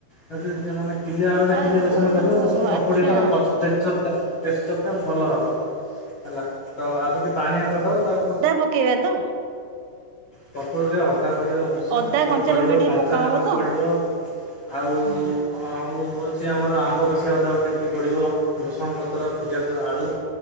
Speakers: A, on the left; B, on the right.
A: ଆଉ ଜୋ ଯଉ ମାନେ। କିଲେ ଆଳୁ ରେ
B: ଆ
A: କିଲେ ବେସନ
B: ଓହୋ
A: କରିବ ତାହେଲେ ପକୁଡ଼ି
B: ଆଚ୍ଛା
A: ଟାର ଅ ଷ୍ଟ୍ରେକ୍ଚରଟା। ଷ୍ଟ୍ରେକ୍ଚରଟା ଭଲ ହବ ହେଲା ତ ଆଉ ଯଦି ପାଣିଆ କରିଦବ ତାହା
B: ପକେଇଆ ତ।
A: ପକୁଡ଼ୀରେ ଅଦା ପଡ଼ିବ ଭୂଷଙ୍ଗ
B: ଅଦା
A: ପତ୍ର
B: କଞ୍ଚାଲଙ୍କା
A: ପଡ଼ିବ
B: ଟିକେ
A: କଞ୍ଚାଲଙ୍କା
B: ପକା ହବ ତ?
A: ପଡ଼ିବ। ଆଉ।
B: ହୁଁ
A: ହଁ ଆଉ ହଉଛି ଆମର ଆମ୍ବ କଷିଆ ଅଦା ଗୋଟେ ଟିକେ ପଡ଼ିବ ଭେଶୁଆଁ ପତ୍ର, ପିଆଜ, ଆଳୁ।